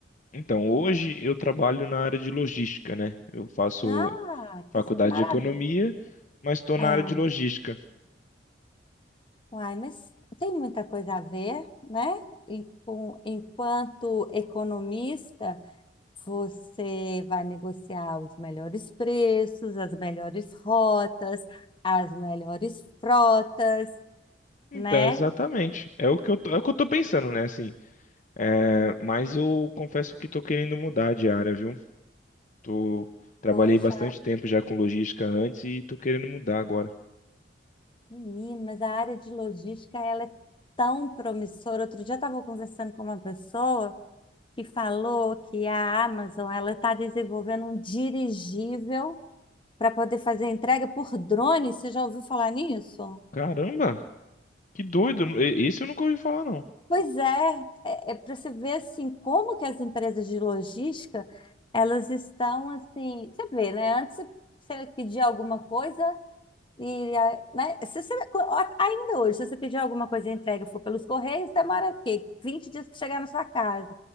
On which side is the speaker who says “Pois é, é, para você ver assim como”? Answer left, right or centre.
Left